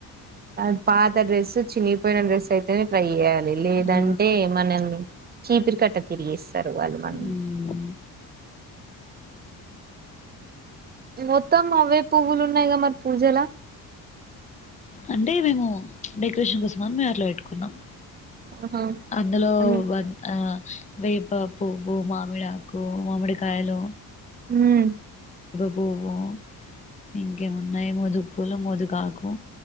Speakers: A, on the right; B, on the left.
A: అది పాత డ్రెస్ చినిగిపోయిన డ్రెస్ అయితేనే ట్రై చేయాలి లేదంటే
B: ఆ
A: మనం చీపిరి కట్ట తిరిగిస్తారు వాళ్ళు మన
B: మ్మ్.
A: మొత్తం అవే పువ్వులు ఉన్నాయిగా మరి పూజలా
B: అంటే మేము డెకరేషన్ కోసం అని మేము అట్ల పెట్టుకున్నాం
A: ఆహా
B: అందులో
A: అన్
B: వ ఆ వేప పువ్వు మామిడాకు మామిడి కాయలు
A: ఉమ్
B: పువ్వు ఇంకేమున్నాయి ముదు పూలు ముదుగాక్ కు